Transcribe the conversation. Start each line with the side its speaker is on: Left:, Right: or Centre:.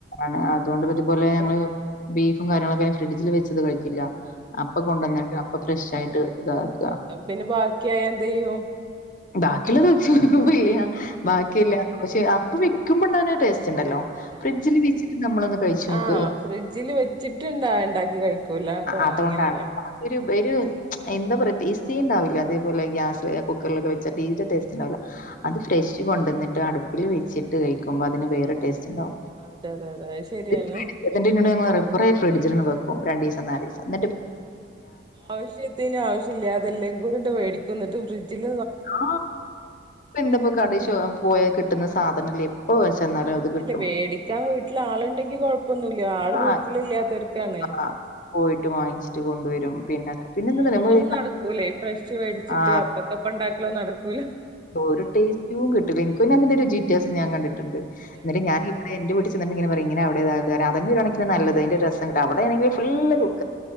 Left: അാണ് അതുകൊണ്ട് പറ്റിപലെ
Right: നല്ല
Left: ഞങ്ങള് ബീഫും കാര്യങ്ങളൊക്കെ ഫ്രിഡ്ജിൽ വെച്ചത് കഴിക്കില്ല അപ്പൊ കൊണ്ടുവന്നിട്ട് അപ്പൊ ഫ്രഷ് ആയിട്ട് ഇതാക്കുക
Right: പിന്നെ ബാക്കിയായ എന്ത യ്യും
Left: ബാക്കിയുള്ളത് <unintelligible> ഇല്ല ബാക്കല്ല പക്ഷേ അപ്പൊ വിൽക്കുമ്പോണ്ടാന ടേസ്റ്റ് ഉണ്ടല്ലോ
Right: ആഹ്
Left: ഫ്രിഡ്ജിൽ
Right: ആഹ്
Left: വീച്ചിട്ട് നമ്മളൊന്ന് കഴിച്ച നോക്ക്ആ
Right: ആഹ് ഫ്രിഡ്ജില് വെച്ചിട്ട്ണ്ടാ ഇണ്ടാക്കി കഴിക്കൂല അപ്പൊ
Left: അതുകൊണ്ടാണ്
Right: അങ്ങനെയല്ലേ
Left: അ അതൊരു
Right: ആഹ്
Left: ബെരു എന്താ പറയാ ടേസ്റ്റ ഉണ്ടാവില്ല അതേപോെ ഗ്യാസ്ില് കുക്കറിലക്കെച്ചാട്ട തീരെ ടേസ്റ്റ് ഉണ്ടാവില്ല അത് ഫ്രഷ് കൊണ്ടുവന്നിട്ട് അടുപ്പിൽ വെച്ചിട്ട് കഴിക്കുമ്പോ അതിന് വേറെ ടേസ്റ്റ് ഉണ്ടാവും
Right: അതെ അതെ അതെ അത് ശെരിയാണ്
Left: ഇത് ഫ്രിഡ്ജ് എന്നിട്ട് ഇങ്ങോട് കുറെ ഫ്രിഡ്ജിൽ വെക്കും രണ്ട് ദസം നാലല് ദിവസ എന്നി്
Right: ആവശ്യത്തിന് ആവശ്യമില്ല അതെല്ലാം കൂടിണ്ട് മേടിക്കന്നിട്ട് ഫ്രിഡ്ജിൽ
Left: ആ എന്തപ്പോ കട പോയ കിട്ടുന്ന സാധനല്ല എപ്പ പക്ഷ നാല അത് കിട്ടും
Right: അല്ല വേടിക്കാൻ വീട്ടിൽ ആളുണ്ടെങ്കി കൊഴപ്പൊന്നുല്ല ആള്
Left: ആ
Right: വീട്ടിലില്ലാത്തവർക്കാണ്
Left: ആ പോയിട്ട് വാങ്ങിച്ചിട്ട് കൊണ്ടുവരും
Right: ഉം
Left: പിന്നെ പിന്നെ എന്ത
Right: ഞങ്ങക്കൊന്നും നടക്കൂല ഈ ഫ്രഷ് മേടിച്ചിട്ട്
Left: ആ
Right: അപ്പക്കപ്പ ഇണ്ടാക്കലൊന്നും നടക്കൂല
Left: ഓരോ ടേസ്റ്റും കിട്ടില്ല എനിക്ക അതിന്റെറെ ഒരു ജീറ്റേസ് ഞാൻ കണ്ടിട്ട് ണ്ട്
Right: ആഹ്
Left: എന്ന ഞാന ഇ വ നെ നല്ല അ അെ